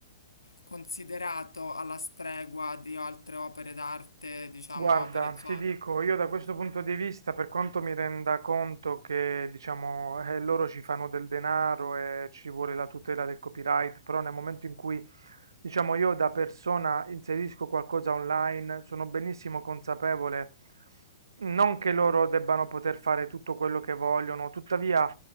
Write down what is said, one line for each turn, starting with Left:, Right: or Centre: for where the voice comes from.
Left: considerato alla stregua di altre opere d'arte, diciamo
Right: Guarda,
Left: opere, cioè,
Right: ti dico, io da questo punto di vista, per quanto mi renda conto che, diciamo, eh, loro ci fanno del denaro e ci vuole la tutela del copyright, però nel momento in cui, diciamo, io da persona inserisco qualcosa online, sono benissimo consapevole, non che loro debbano poter fare tutto quello che vogliono, tuttavia,